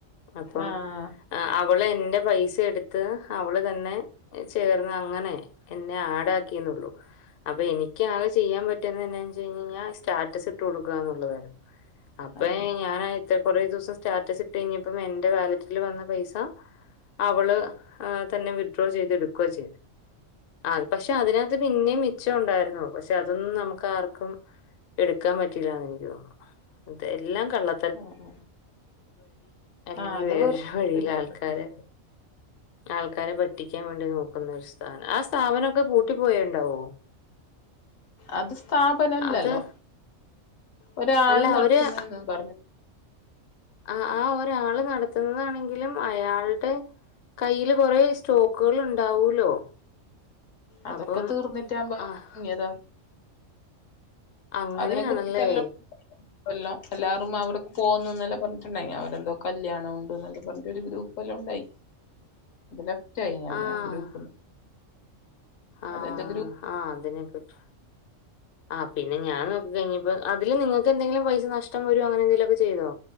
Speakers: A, on the left; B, on the left.
A: അപ്പം
B: ആഹ്
A: ആ അവള് എന്റെ പൈസ എടുത്ത് അവള് തന്നെ ചേർന്ന് അങ്ങനെ എന്നെ ആടാക്കി ന്നെള്ളു അപ്പൊ എനിക്ക് ആകെ ചെയ്യാൻ പറ്റന്ന് തന്നെ ച്ചാ കഴിഞ്ഞാ സ്റ്റാറ്റസ് ഇട്ട് കൊടുകന്ന് ഉള്ളതാണ് അപ്പഴാ
B: ആഹ്
A: എനി ഞാനയച്ചകുറേ ദിവസം സ്റ്റാറ്റസ് ഇട്ട് കഴിഞ്ഞപ്പം എന്റെ വാലറ്റിൽ വന്ന പൈസ അവള് ആഹ് തന്നെ വിഡ്രോ ചെയ്തെടുക്കുകയ ചെയ്ത് ആ പക്ഷെ അതിന് ഇത് പിന്നെയും മിച്ചം ഉണ്ടായിരുന്നു പക്ഷെ അതൊന്നും നമുക്ക് ആർക്കും എടുക്കാൻ പറ്റിയില്ലന്ന് എനിക്ക് തോന്നുന്നു എല്ലാം കള്ള
B: അ അ
A: അല്ലെങ്കിൽ
B: അ അത്
A: വേറൊരു
B: വെറും <unintelligible>
A: വഴിയിൽ ആൾക്കാരെ ആൾക്കാരെ പറ്റിക്കാൻ വേണ്ടി നോക്കുന്ന ഒരു സ്ഥാനം ആ സ്ഥാപനമൊക്കെ പൂട്ടി പോയിണ്ടാവോ
B: അത് സ്ഥാപനല്ലല്ലോ
A: അത്
B: ഒരാള്
A: അല്ല
B: നടത്തുന്നന്ന്
A: അവര്
B: എന്ന് പറഞ്ഞ്
A: ആഹ് ആഹ് ഒരാള് നടത്തുന്നതാണെങ്കിലും അയാൾടെ കയ്യിൽ കുറേ സ്റ്റോക്കുകൾ ഉണ്ടാവൂലോ
B: അതൊക്കെ
A: അപ്പം
B: തീർന്നിട്ടാമ്പോൾ
A: ആഹ്
B: മുങ്ങിയാ
A: അങ്ങനെയാണല്ലേ
B: അതിനെ <unintelligible> കൊല്ലം എല്ലാരും അവിടെ പോകുന്നുന്നല്ല പറഞ്ഞിട്ടുണ്ടായിലെ അവരെന്തോ കല്യാണം ഉണ്ട് എന്നല്ലെ പറഞ്ഞിട്ട് ഒരു ഗ്രൂപ് പ്പെല്ലാം ഉണ്ടായി ലെഫ്റ്റ് ആയി ഞാൻ
A: ആഹ്
B: ആ ഗ്രൂപ്പ്
A: ആഹ്
B: അതെന്റെ
A: ആഹ് അതിനെപ്പറ്റി ആ പിന്നെ ഞാൻ നോക്കി കഴഞ്ഞപ്പ അതി നിങ്ങക്ക് എന്തെങ്കിലും പൈസ നഷ്ടം വരോ അങ്ങനെ എന്തെലുക്കെ ചെയ്തോ.